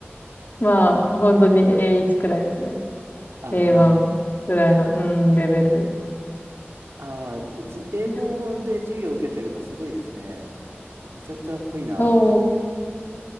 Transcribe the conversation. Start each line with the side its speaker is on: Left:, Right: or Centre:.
Left: <laughs> まあ、本当に A1 くらいですね。
Right: あ、
Left: A1
Right: なる。
Left: くらいの、うん、レベル。
Right: あー、ず英語で授業を受けてるのすごいですね。
Left: いやー、
Right: めちゃくちゃかっこいいな。
Left: そう、